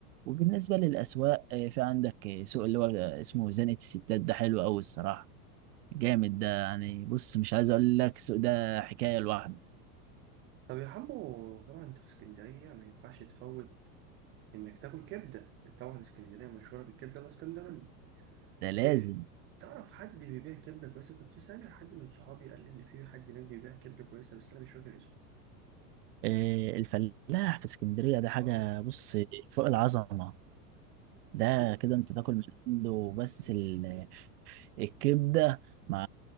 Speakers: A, on the right (about 80°); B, on the right (about 30°).
A: وبالنسبه للاسواق آه، في عندك آه، سوق اللي هو آه، اسمه زنقه الستات ده حلو قوي الصراحه جامد ده يعني بص مش عايز اقول لك السوق ده حكايه لوحده
B: طب يا حمو طبعا انت في اسكندريه ما ينفعش تفوت انك تاكل كبده طبعا اسكندريه مشهوره بالكبده الاسكندراني
A: ده لازم
B: إيه تعرف حد بيبيع كبده كويسه كنت سامع حد من صحابي قال لي ان في حد هناك بيبيع كبده كويسه بس انا مش فاكر اسمه
A: آه، الفلاح في اسكندرية ده حاجة
B: اه
A: بص فوق العظمة ده
B: ايوه
A: كده انت تاكل من عنده بس ال- الكبدة مع